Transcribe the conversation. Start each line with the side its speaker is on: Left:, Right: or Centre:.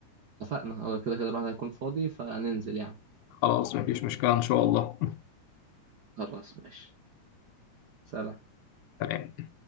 Right: اتفقنا هو كده كده الواحد هيكون فاضي فننزل يعني
Left: خلاص مفيش مشكلة إن شاء الله
Right: خلاص ماشي سلام
Left: <laughs> سلام